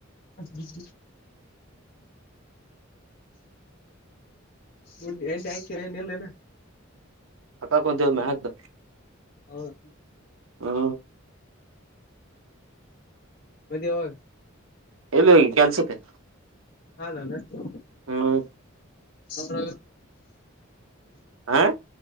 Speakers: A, on the left; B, on the right.
A: ಹ <inaudible> ಉ ಎಟಿ ಆಯ್ತರ ಇಲ್ಲನಾ <unintelligible>
B: ಅಕ್ಕ ಕುಂತೇವೋ ತೇವ ಮ್ಯಕ್ <unintelligible>
A: ಹೌದ
B: ಹ್ಮ
A: ಮದ್ವೇ ಯಾವಾಗ
B: ಎಲ್ಲಿ ಹೋಗಿಯ್ ಕೆಲ್ಸಕ್ಕೆ.?
A: ಹಾಾನ ಅವಿತ್ತು
B: ಹ್ಮ್
A: <inaudible>
B: ಹ